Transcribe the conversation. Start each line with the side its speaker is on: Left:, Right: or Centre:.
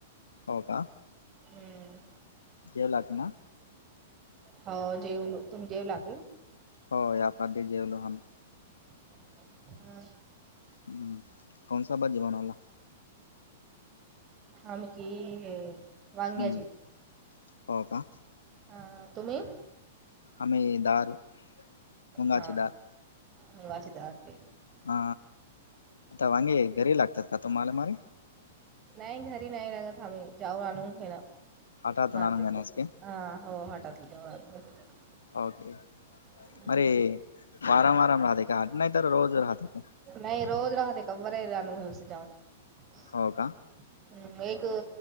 Left: हो का?
Right: हम्म.
Left: जेवलाक ना?
Right: हो जेवलो, तुम्ही जेवलाके?
Left: होय आता बी जेवलो आमी.
Right: हम्म.
Left: हम्म, कोणसा भाजी बनवला?
Right: आमी की हे वांग्याची
Left: हम्म हो का
Right: ह, तुम्ही?
Left: आमी, दार मुंगाची
Right: हा
Left: दार.
Right: मुगाची दार के
Left: हा, आता वांगी घरी लागतात का तुम्हाला मारी?
Right: नाही घरी नाही लागत आम्ही, जाऊन आणून घेणं
Left: हाटातून
Right: मार्केटल
Left: आणून देण्यासके
Right: हा हो <unintelligible>
Left: ओके,
Right: आणतो
Left: अरे मारा मरे <unintelligible> नायतर रोज राहते का
Right: नाही रोज राहते का बरंय राहण <unintelligible>
Left: हो का?
Right: हम्म, एक अ